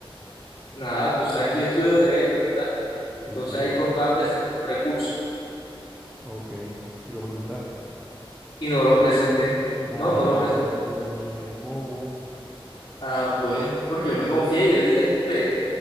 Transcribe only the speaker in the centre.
Sí,
sí.
Ok. ¿Y lo presentaste?
Ah,
pero es que tú también eres bobo.